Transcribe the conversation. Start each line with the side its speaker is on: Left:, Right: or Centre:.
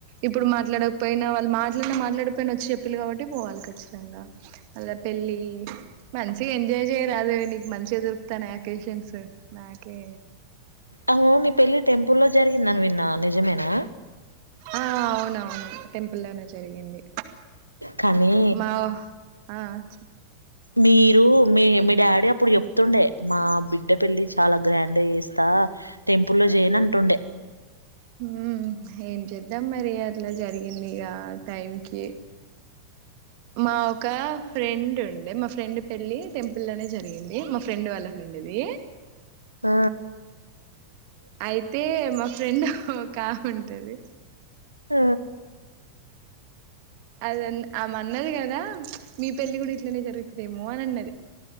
Right: ఇప్పుడు మ మాట్లాడకపోయినా వాళ్ళు మాట్లాడిన మాట్లాడకపోయినా వచ్చి చెప్పిలు కాబట్టి పోవాలి ఖచ్చితంగా అలా పెళ్ళి మంచిగా ఎంజాయ్ చేయరాదే నీకు మంచిగా దొరుకుతన్నాయి ఒకేషన్స్ నాకే
Left: అవును నీ పెళ్లి టెంపుల్లో జరిగింది అని విన్న నిజమేనా
Right: ఆ అవునవును టెంపుల్ల్లోనే జరిగింది
Left: కానీ
Right: మా ఆ చె
Left: మీరు మీ మీ డాడీ అప్పుడు చెప్తుండే మా బిడ్డ పెళ్లి చాలా గ్రాండ్ చేస్తా అ టెంపుల్ లో చేయన్ అంటుండే
Right: హ ఉ ఏం చేద్దాం మరి అట్లా జరిగింది ఇగ ఆ టైం కి మా ఒక ఫ్రెండ్ ఉండే మా ఫ్రెండ్ పెళ్ళి టెంపుల్ లోనే జరిగింది మా ఫ్రెండ్ వాళ్ళ ఫ్రెం అండ్ ఇది
Left: ఆ
Right: అయితే మా ఫ్రెండ్ ఒక ఆమె ఉంటది
Left: ఆ
Right: అదన్న ఆమ అన్నది కదా మీ పెళ్లి కూడా ఇట్లనే జరుగుతుదేమో అని అన్నది